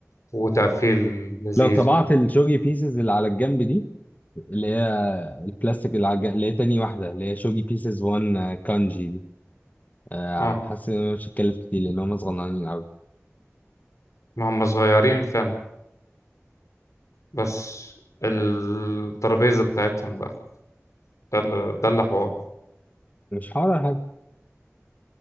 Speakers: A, on the left; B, on the left.
A: وتقفيل لذيذ
B: لو طبعت
A: و...
B: الشوجي بيسز اللي على الجنب دي اللي هي البلاستيك اللي على الجنب اللي هي تاني واحده اللي هي شوجي بيسز 1 كانجي دي آه،
A: اه
B: حاسس ان أنا مش هتكلف كتير لان هم صغننين قوي
A: ما هم صغيرين فعلا بس الترابيزة بتاعتهم بقى ده اللي ده اللي حوار
B: مش حوار ولا حاجه